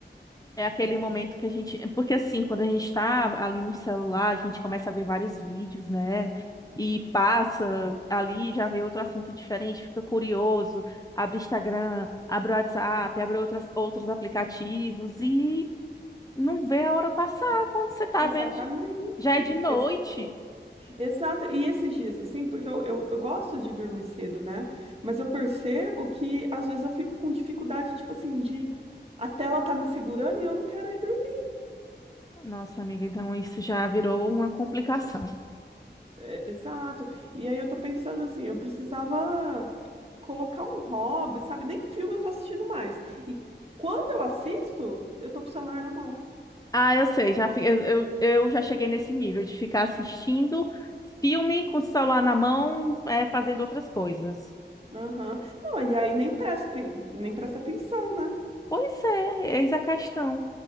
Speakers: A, on the left (about 20°); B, on the right (about 30°).
A: É aquele momento que a gente. Porque assim, quando a gente tá ali no celular, a gente começa a ver vários vídeos, né? E passa ali, já vê outro assunto diferente, fica curioso, abre Instagram, abre WhatsApp, abre outras, outros aplicativos e não vê a hora passar quando você tá
B: Exatamente.
A: vendo. Já já é de noite.
B: Ex exato. E esses dias, assim, porque eu, eu, eu gosto de dormir cedo, né? Mas eu percebo que às vezes eu fico com dificuldade, tipo assim, de a tela tá me segurando e eu não quero ir dormir.
A: Nossa, amiga, então isso já virou uma complicação.
B: É, exato. E aí eu tô pensando assim, eu precisava colocar um hobby, sabe? Nem filme eu tô assistindo mais. E quando eu assisto, eu tô com o celular na mão.
A: Ah, eu sei, já, fi- eu, eu, eu já cheguei nesse nível de ficar assistindo filme com o celular na mão, é, fazendo outras coisas.
B: Aham. Não, e aí nem presta, nem presta atenção, né?
A: Pois é, eis a questão.